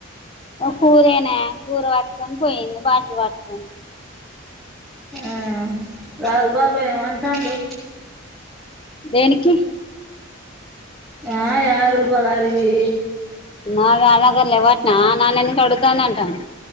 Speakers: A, on the left; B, in the centre.
A: కూరేనాయే, కూర పట్టుకొని పోయింది బాటిల్ పట్కొని.
B: ఆ లాల్ బాబాయ ఏ అంటాండు?
A: దేనికినికి
B: ఆ యారు బలారగి
A: మ అలా గల వాట్న నాని కాడు దనంఅంటాడు